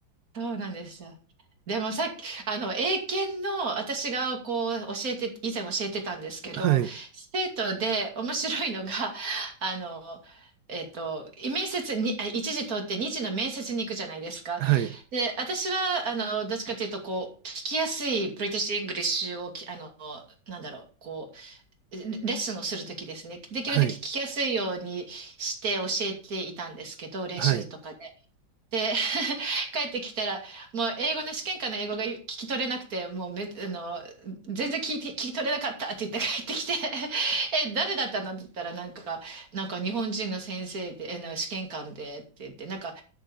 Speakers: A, on the right (about 45°); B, on the right (about 65°).
A: そうなんですよ。でもさっき、あの、英検の私がこう教えて、以前教えてたんですけど、
B: はい、
A: 生徒で面白いのが、<laughs> あの、えっと、面接に、あ、一時通って二次の面接に行くじゃないですか。
B: はい、
A: で、私は、あの、どっちかというと、こう、聞きやすいブリティッシュ・イングリッシュをき、あの、なんだろう、こう、レレッスンをするときですね。できるだけ聞きやすいようにして教えていたんですけど、
B: はい、
A: 練習とかで。
B: はい、
A: で、<laughs> 帰ってきたら、もう英語の試験官の英語が聞き取れなくて、もうめ、あの、全然聞いて、聞き取れなかったって言って帰ってきて、<laughs> え、誰だったのって言ったら、なんか、なんか日本人の先生で、えの試験官でって言って、なんか、